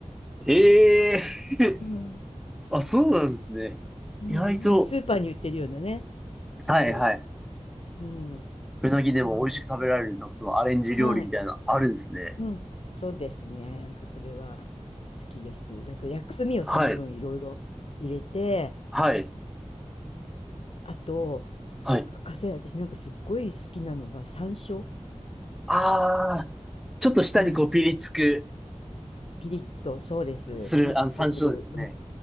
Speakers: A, in the centre; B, on the left (about 55°).
A: ええ
B: うん。
A: <laughs> あ、そうなんですね。
B: うん。
A: 意外と、
B: なんかスーパーに売ってるようなね。そ
A: はいはい。
B: う。うん。
A: うなぎでも美味しく食べられる、
B: そんなの。
A: なんかそのアレンジ料理みたいな、
B: はい。
A: あるんですね。
B: うん、そうですね。なんかそれは好きです。なんか薬味をその分いろいろ入れて、
A: はい。はい。
B: あと、
A: はい。
B: 欠かせない私なんかすっごい好きなのが山椒。
A: ああ、ちょっと舌にこうピリつく、
B: はい。ピリッと、そうです。
A: する、
B: ピリッとくる。
A: あの、山椒ですよね。
B: うん、